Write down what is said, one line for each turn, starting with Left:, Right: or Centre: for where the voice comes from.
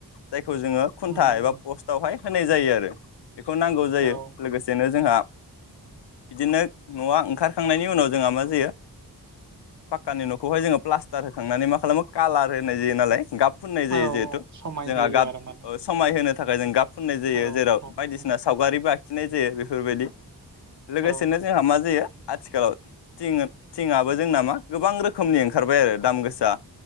Left: जायखौ जोङो खुन्था
Right: उम
Left: एबा
Right: उम
Left: पस्टआवहाय होनाय जायो आरो। बेखौ नांगौ जायो
Right: औ
Left: लोगोसेनो जोंहा बिदिनो न'आ ओंखारखांनायनि उनाव जोंहा मा जायो पाक्कानि न' खौहाय जोङो प्लास्टार होखांनानै मा खालामो कालार होनाय जायो नालाय गाब फुननाय जायो
Right: औ
Left: जिहेथु
Right: समाय
Left: जोंहा
Right: होयो
Left: गाब
Right: आरो माने
Left: समाय होनो नि थाखाय जों गाब फुननाय जायो
Right: औ
Left: जेराव
Right: औ
Left: बायदिसिना सावगारिबो आख खिनाय जायो बेफोरबायदि लोगोसेनो
Right: औ
Left: जोंहा मा जायो आथिखालाव थिं थिङाबो जोंना मा गोबां रोख खोमनि ओंखारबाय आरो दाम गोसा